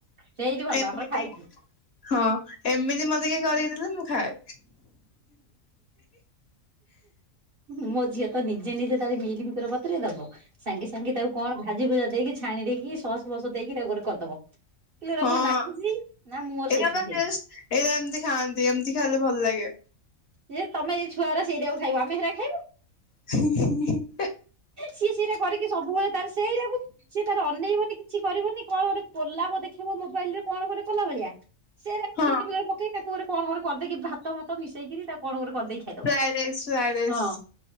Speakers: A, on the right; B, on the left.
A: ସେଇଠି ଭଲ
B: ଏମତି
A: ଆମର ଖାଇକି
B: ହଁ ଏମିତି ମତେ କିଏ କରି ଦେଲେ ମୁଁ ଖାଏ।
A: ହୁଁ, ମୋ ଝିଅ ତ ନିଜେ ନିଜେ ତାର ମିଲିମକର ବତରେଇ ଦବ। ସାଙ୍ଗେ ସାଙ୍ଗେ ତାକୁ କଣ ଭାଜି ଭୁଜା ଦେଇକି ଛାଣି ଦେଇକି ସସ୍ ବସ ଦେଇକି ତାକୁ ଗୋଟେ କରିଦବ। କିଲୋ ଏଇଟା
B: ହଁ
A: କଣ ନାଗୁଚି ନା ମୁଁ ମୋର
B: ଏଇଟା
A: ସେଇଥିରେ
B: ପା
A: ଖାଇବି।
B: ଟେଷ୍ଟ ଏଇଟା ଏମତି ଖାଆନ୍ତି ଏମତି ଖାଇଲେ ଭଲ ଲାଗେ।
A: ଯେ ତମେ ଏଇ ଛୁଆ ଉରା ସେଇଟାକୁ ଖାଇବ। ଆମେ ସେଇଟା ଖାଇବୁ।
B: <unintelligible>
A: ସିଏ ସେଇଟା କରିକି ସବୁବେଳେ ତାର ସେଇଟାକୁ ସିଏ ତାର ଅନେଇବନି କିଛି କରିବନି କଣ ଗୋଟେ ପୋଲାବ ଦେଖେଇବ ମୋବାଇଲ୍ ରେ କଣ ଗୋଟେ କଲା ଭଳିଆ। ସେଇରା ପକେଇକି
B: ହଁ
A: <unintelligible> ପକେଇ ତାକୁ ଗୋଟେ କଣ କରଦେଇକି ଭାତ ଭାତ ମିଶେଇକିରି ତାକୁ କଣ ଗୋଟେ କରିଦେଇକି ଖାଇଦବ,
B: ଫ୍ରାଏ ରାଇସ୍ ଫ୍ରାଏ ରାଇସ୍।
A: ହଁ